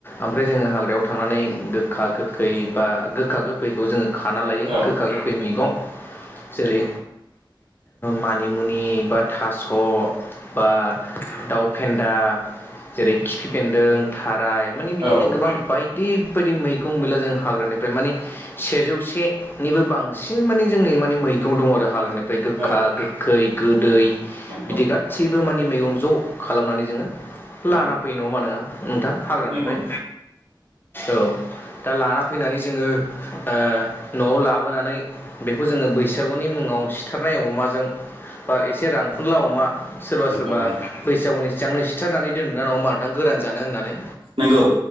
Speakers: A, on the left; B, on the right.
A: ओमफ्राय जोङो हाग्रायाव थांनानै गोख्खा गोख्खै बा गोखा गोखैखौ जोङो खाना लायो
B: औ
A: गोखा गोखै मैगं। जेरै मानिमुनि बा थास' बा दाउ फेन्दा जेरै खिफिफेन्दों थाराय माने बिदिनो
B: औ
A: गोबां बाय दि बायदि मैगं गैला जों हाग्रानिफ्राय माने सेजौ सेनिबो बांसिन माने जोंनि माने मैगं दं आरो हाग्रानि फ्राय गोख्खा
B: औ
A: गोख्खै गोदै
B: नंगौ
A: बिदि गास्सैबो माने मैगं ज' खालामनानै जोङो लाना
B: औ
A: फैयो नङा मा न नोंथां हाग्रानिफ्राय
B: नंगौ
A: औ। दा लाना फैनानै जोङो ओ न'आव लाबोनानै बेखौ जोङो बैसागुनि मुं मुङाव सिथारनाय अमाजों बा एसे रानफुनला अमा सोरबा
B: नंगौ
A: सोरबा
B: नोंथां
A: बैसागुनि सिगांनो सिथारनानै दोनोना नङा होमबा नोंथां गोरान जानो होननानै।
B: नंगौ